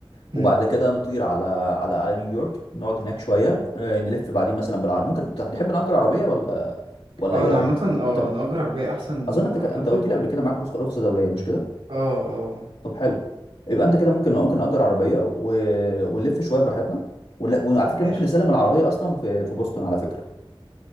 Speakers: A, on the right; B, on the left.
A: امم
B: وبعد كده نطير على على على نيويورك نقعد هناك شويه آه، نلف بعدين مثلا بالعربيه ممكن تح- نحب نأجر عربيه ولا ولا
A: اه
B: ايه
A: انا
B: رايك
A: عامة اه
B: انت
A: نأجر عربية احسن
B: اظن انت
A: اعتقد
B: ك- انت قلت لي قبل كده معاك رخصه رخصة دوليه مش كده
A: اه اه
B: طب حلو يبقى انت كده ممكن ممكن نأجر عربيه و... ونلف شويه براحتنا ون... وعلى فكره
A: ماشي
B: ممكن نسلم العربيه اصلا في في بوسطن على فكره